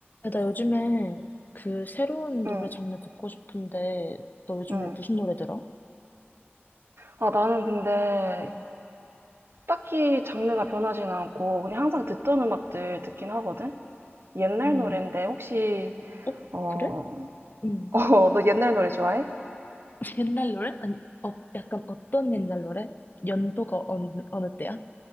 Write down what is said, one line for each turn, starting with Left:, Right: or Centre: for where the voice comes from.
Left: 야, 나 요즘에 그 새로운
Right: 응,
Left: 노래 장르 듣고 싶은데, 너 요즘에
Right: 응.
Left: 무슨 노래 들어?
Right: 아, 나는 근데 딱히 장르가 변하진 않고 그냥 항상 듣던 음악들 듣긴 하거든? 옛날
Left: 그러면은,
Right: 노랜데 혹시,
Left: 어?
Right: 어,
Left: 그래?
Right: <laughs>
Left: 응.
Right: 어, 너 옛날 노래 좋아해?
Left: <laughs> 옛날 노래? 아니, 어, 약간 어떤 옛날 노래? 연도가 어느, 어느 때야?